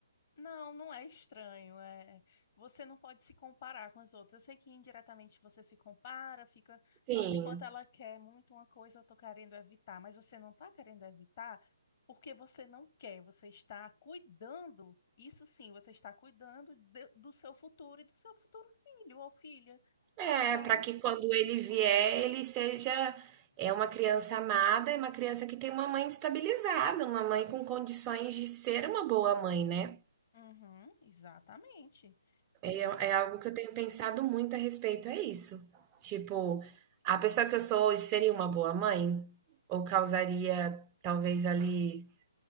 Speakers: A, on the left; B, on the right.
A: Não, não é estranho. É, você não pode se comparar com as outras. Eu sei que indiretamente você se compara, fica,
B: Sim.
A: nossa, enquanto ela quer muito uma coisa, eu tô querendo evitar, mas você não tá querendo evitar porque você não quer, você está cuidando. Isso sim, você está cuidando de- do seu futuro e do seu futuro filho ou filha.
B: É,
A: Então,
B: para
A: não...
B: que quando ele vier, ele seja é uma criança amada é uma criança que tem uma mãe estabilizada, uma mãe com condições de ser uma boa mãe, né?
A: Uhum, exatamente.
B: É,
A: E
B: é algo que eu tenho pensado muito a respeito, é isso. Tipo, a pessoa que eu sou hoje seria uma boa mãe? Ou causaria, talvez, ali